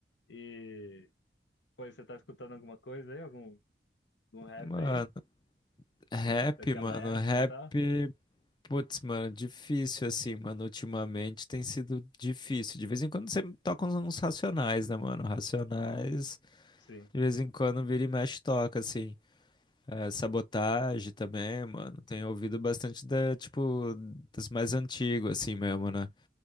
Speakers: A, on the left; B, on the left.
A: E Pois você tá escutando alguma coisa aí? Algum, algum rap
B: Mano,
A: aí?
B: rap,
A: Da- daquela
B: mano,
A: época,
B: rap.
A: tá?
B: Putz, mano, difícil assim, mano. Ultimamente tem sido difícil. De vez em quando você toca uns uns racionais, né, mano? Racionais,
A: Sim.
B: de vez em quando vira e mexe toca, assim. É, sabotagem também, mano. Tenho ouvido bastante da, tipo, das mais antigas, assim mesmo, né?